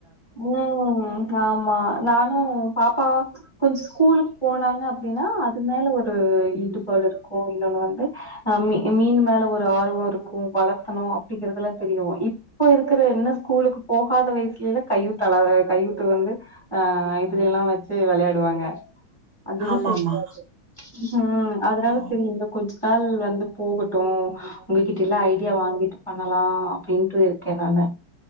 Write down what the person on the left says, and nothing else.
உம் ஆமா நானும் பாப்பா கொஞ்சம் ஸ்கூலுக்கு போனாங்க அப்படின்னா அது மேல ஒரு ஈடுபாடு இருக்கும் இன்னொன்னு வந்து அஹ் மீன் மேல ஒரு ஆர்வம் இருக்கும் வளர்த்தணும் அப்படிங்கிறதுத எல்லாம் தெரியும் இப்போ இருக்கிற என்ன ஸ்கூலுக்கு போகாத வயசுலயலாம் கையூத்த அல கையூட்டு வந்து அஹ் இதுல எல்லாம் வச்சு விளையாடுவாங்க அதுது
தெரியாது
ஹம் அதனால
தெரியும்ல கொஞ்சம் வந்து போகட்டும் உங்ககிட்ட எல்லாம் ஐடியா வாங்கிட்டு பண்ணலாம் அப்படின்ட்டு இருக்கேன் நான்